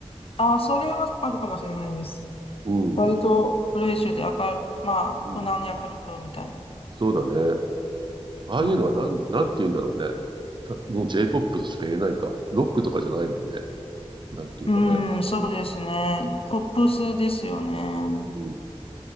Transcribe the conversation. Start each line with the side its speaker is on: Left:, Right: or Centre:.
Left: ああ、それはあるかもしれないです。
Right: うん、
Left: 割とフレッシュで明る、まあ、
Right: うん。
Left: 無難に明るくみたいな。
Right: そうだね。ああいうのはなん、
Left: うん。
Right: なんて言うんだろうね。たもう J-POP としか言えないか。ロックとかじゃないもんね。なんていうかね。
Left: うん、そうですね。ポップスですよね。
Right: うん